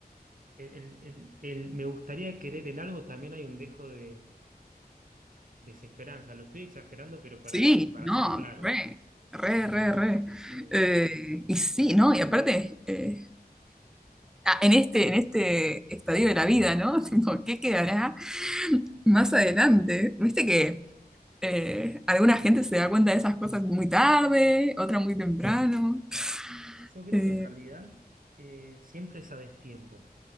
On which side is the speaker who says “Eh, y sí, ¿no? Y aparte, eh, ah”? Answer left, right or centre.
Centre